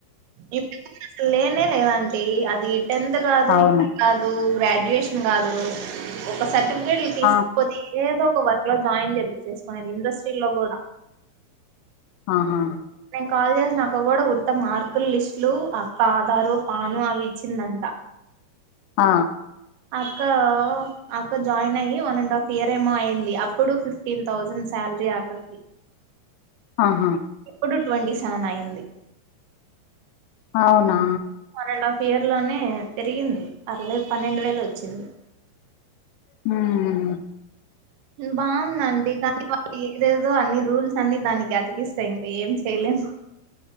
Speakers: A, on the right (about 85°); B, on the left (about 80°).
A: ఇ <unintelligible> అసలు లేనే లేదంటీ, అది టెన్త్ కాదు
B: అవును
A: ఇం <inaudible> కాదు. గ్రాడ్యుయేషన్ కాదు ఒక సర్టిఫికేట్లు తీసుకపోతే
B: ఆ
A: ఏదో. <unintelligible> వర్క్ లో జాయిన్ చెప్పిసుకునేది ఇండస్ట్రీ లో గుడా.
B: ఆహా
A: కాల్ చేసిన అక్క కూడా ఉత్త మార్కులిస్టులు, అక్క ఆధారు, పాను అవి. చ్చిందంట
B: ఆ
A: అక్క, అక్క జాయినయ్యి వన్ అండ్ హాఫ్ ఇయర్ ఏమో అయింది. అప్పుడు ఫిఫ్టీన్ తౌసెండ్ సాల్. రి అక్కకి
B: ఆహా
A: ఇప్పుడు ట్వంటీ సెవెన్ అయ్యింది
B: అవునా
A: వన్ అండ్ హాఫ్ ఇయర్ లోనే పెరిగింది, పర్లేదు పన్నెండు వేలు వచ్చింది.
B: హు హు హు
A: బాగుందాంటీ కానీ వాళ్ళకి దేదో అన్ని రూల్స్ అన్ని దానికి అతికిస్తాయి. ఇంకా ఏం చెయలేము,